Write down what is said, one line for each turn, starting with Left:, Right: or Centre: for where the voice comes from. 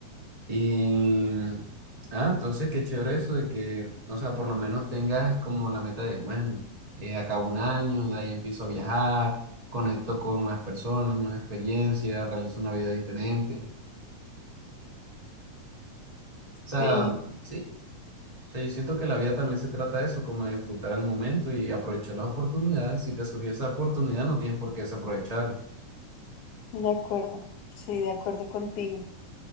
Right: Y, ah, entonces qué chévere eso de que, o sea, por lo menos tengas como la meta de, bueno, eh, acabo un año, de ahí empiezo a viajar, conecto con nuevas personas, nuevas experiencias, realizo una vida diferente. O sea,
Left: Sí,
Right: sí, o sea, yo siento que la vida también se trata de eso, como de disfrutar el momento y aprovechar las oportunidades. Si te surgió esa oportunidad, no tienes por qué desaprovecharla.
Left: de acuerdo, sí, de acuerdo contigo.